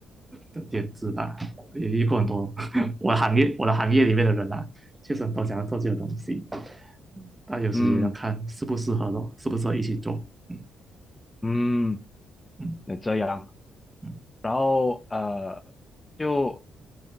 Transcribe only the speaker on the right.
的点子吧，也遇过很多 <laughs>
我行业我的行业里面的人啊，确实很多想要做这个东西，但有时也要看适不适合咯，
适不适合一起做。嗯
嗯
嗯